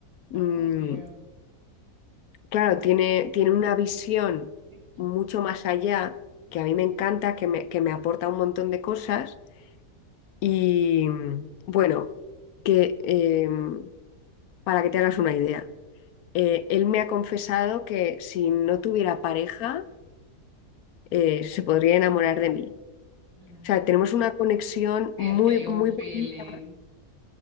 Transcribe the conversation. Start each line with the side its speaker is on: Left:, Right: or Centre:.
Left: mm,
Right: Obvio.
Left: claro, tiene, tiene una visión
Right: Es
Left: mucho más allá, que a mí me encanta, que me,
Right: un-
Left: que me aporta un montón de cosas. Y mm, bueno, que em, para que te hagas una idea, eh, él me ha confesado que si
Right: Debo,
Left: no tuviera pareja,
Right: es
Left: eh,
Right: un
Left: se
Right: ratón
Left: podría
Right: de
Left: enamorar de mí.
Right: la...
Left: O sea, tenemos una conexión
Right: Sí,
Left: muy,
Right: es que hay
Left: muy
Right: un feeling.
Left: bonita.